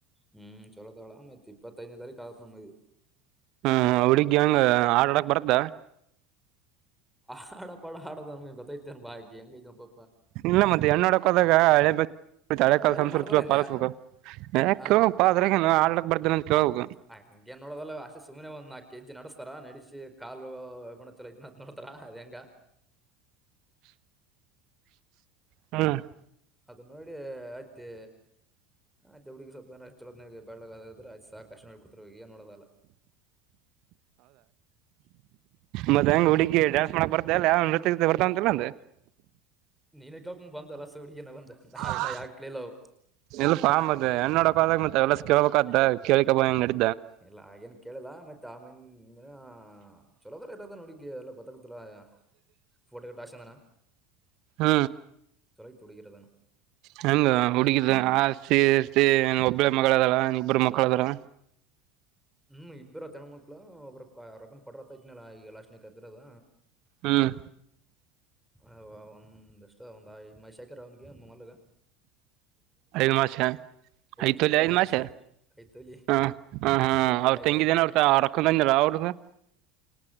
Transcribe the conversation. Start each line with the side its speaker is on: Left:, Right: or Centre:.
Centre: ಹು ಚೋಲೋಅದಾಳ ಮತ್ತ ಇಪ್ಪತ್ತೈದನೇ ತಾರೀಕ ಆಗ್ತದ ಮದುವಿ.
Right: ಹ ಹುಡುಗಿ ಹೆಂಗ ಹಾಡ ಹಡಕ್ಕ ಬರ್ತ.
Centre: ಹಾಡ ಪಾ ಹಾಡ ನಮಗೆ ಗೊತ್ತೈತೆನ್ ಬಾಯ್ ಅಕಿ ಹೆಂಗೈತಅಪ್ಪೂ
Right: ಇಲ್ಲ ಮತ್ತೆ ಹೆಣ್ಣ ನೋಡಕ ಹೋದಾಗ ಹಳೆ ಬ ಕುಂತ ಹಳೆ
Centre: ಅವೆಲ್ಲ
Right: ಕಾಲ ಸಂಸ್ಕೃತಿ
Centre: ಮಾಡ್ತಾರ ಹಿಂದೆ
Right: ಪಾಲಿಸಸ್ಬೇಕು ಯಾಕ
Centre: ಆ
Right: ಕೇಳೋಣಪ್ಪ ಅದ್ರಗ ಏನೋ ಹಾಡ ಹಾಡಕ್ಕ ಬರುತ್ತೇನ ಅಂತ ಕೇಳಬೇಕು.
Centre: ಹಂಗ ಏನ್ ನೋಡೋದಲ್ಲ ಅವ್ವ ಅಕಿ ಸುಮ್ನ ನಾಲ್ಕ ಕೆಜಿ ನಡಸ್ತಾರ ನಡಸಿ ಓ ಗುಣ ಚಲೋ ಐತನ ಅಂತ ನೋಡ್ತಾರ ಅದ್ ಹೆಂಗ?
Right: ಹು <inaudible>
Centre: ಅದ ನೋಡಿ ಅತ್ತಿ ಅದೇ ಹುಡ್ಗಿ ಸ್ವಲ್ಪ ಅನಾ ಚಲೋತ್ನಾಗ ಬೆಳಗ ಸಾಕ ಅಸ್ಟ್ ನೋಡಿ ಬಿಡ್ತಾರ ಏನ್ ನೋಡದ ಆಗಲ್ಲ.
Right: ಮತ್ತ ಹೆಂಗ ಹುಡುಗಿ ಡ್ಯಾನ್ಸ್ ಮಾಡಕ್ ಬರ್ತ ಅಲ್ಲ ಯಾವ ನೃತ್ಯ ಗಿತ್ಯ ಬರ್ತವಾ ಅಂತ ಇಲ್ಲಂತ?
Centre: <unintelligible>
Right: ಹಾ ಹಾ
Centre: ಯಾಕೆ ಕೇಳಿಲ್ಲ ಅವು.
Right: ಇಲ್ಲಪಾ ಮತ್ತ ಹೆಣ್ಣು ನೋಡಕ ಹೋದಾಗ ಮತ್ತ ಎಲ್ಲ ಕೇಳ್ಬೇಕ ಅಂತ ಕೇಳಿಕೊಬಂದಿನ ನಡಿ
Centre: ಇಲ್ಲ ಹಾಗೇನ್ ಕೇಳಿಲ್ಲ ಮತ್ತ ಆಮನ ಚಲೋದ ಕೆಟ್ಟಿದ ನೋಡಿದಿ ಎಲ್ಲ ಗೊತ್ತ? ಚಲೋ ಆಗ್ಯಾವ ಫೋಟೋ ಗಿಟೂ ತಗಸ್ಕೊಂಡನ.
Right: ಹ
Centre: ಹೈಟ್ ಹುಡುಗೀರ ಅದಾನ್
Right: ಹೆಂಗ ಹುಡುಗಿದ ಆಸ್ತಿ? ಸ್ತಿ ಒಬ್ಬಳೆ ಮಗಳ ಅದಾಳ ಇಬ್ಬರ ಮಕ್ಕಳ ಅದರ
Centre: ಹು ಇಬ್ಬರು ಅತ್ತೆಮ್ಮ ಮಕ್ಕಳು ಒಬ್ಬರ ರೊಕ ಕೊಡ್ರತ ಇದ್ದನಲ್ಲ ಈಗ ಲಾಸ್ಟೆಕನ ಅದರ ಅದ
Right: ಹ್ಮ್
Centre: ಹೂ ಅವಗೊಂದಸ್ಟ್ ಒಂದ ಐದ ಮಾಸೈಕರ ಅವನಿಗೆ ಮೊಲ್ಲಗ
Right: ಐದ ಮಾಸೈಕ ಐದ
Centre: ತೊಲಿ
Right: ತೋಲಿ ಐದ
Centre: ಐದ್ ಮೈಸಲ್ಲ
Right: ಮಾಡಸ
Centre: ಐದ್ ತೊಲಿ
Right: ಹ ಹ ಹ ಹ
Centre: ಐದ್ ತೊಲಿ
Right: ಅವ್ರ
Centre: ಆಗ್ಯಾರತ್ತ
Right: ತಂಗಿದೇನ ಅವ್ರ ಅಕ್ಕದಂದಲ್ಲ ಅವರದ